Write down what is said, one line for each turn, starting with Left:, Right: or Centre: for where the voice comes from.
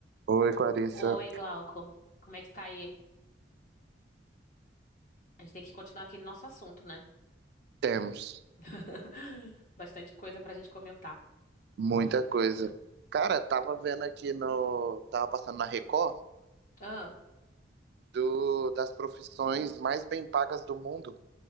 Right: Oi, Clarissa.
Left: Oi, Glauco. Como é que tá aí? A gente tem que continuar aquele nosso assunto, né?
Right: Temos
Left: <laughs> Bastante coisa pra gente comentar.
Right: muita coisa. Cara, tava vendo aqui no. Tava passando na Record
Left: Ah,
Right: do... das profissões mais bem pagas do mundo.